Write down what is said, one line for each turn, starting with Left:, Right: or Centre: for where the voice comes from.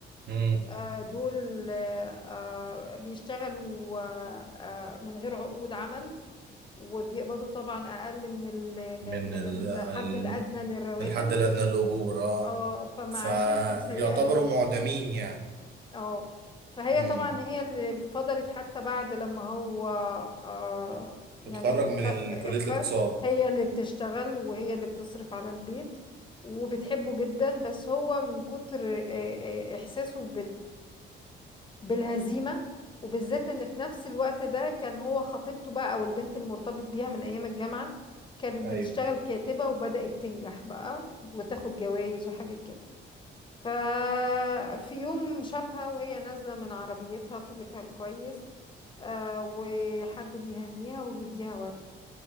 Right: مم.
Left: آه، دول آه، آه، بيشتغلوا آه، آه، من غير عقود عمل وبيقبضوا طبعا أقل من ال
Right: من
Left: من
Right: ال...
Left: الحد
Right: ال...
Left: الأدنى للرواتب
Right: الحد الأدنى للأجور اه
Left: اه فمعاشتهم
Right: فيعتبروا
Left: سيئة جدا
Right: معدمين يعني
Left: اه فهي
Right: مم.
Left: طبعا هي اللي فضلت حتى بعد لما هو آه، يعني
Right: اتخرج من
Left: ف-
Right: ال-
Left: اتخرج
Right: كلية الاقتصاد
Left: هي اللي بتشتغل وهي اللي بتصرف على البيت وبتحبه جدا بس هو من كتر آه، آه، إحساسه بالهزيمة وبالذات ان في نفس الوقت ده كان هو خطيبته بقى او البنت المرتبط بيها من ايام الجامعة كانت
Right: ايوه
Left: بتشتغل كاتبة وبدأت تنجح بقى وتاخد جوائز وحاجات كده ففي يوم شافها وهي نازلة من عربيتها في بيتها الكويس آه، وحد بيهنيها وبيديها ورد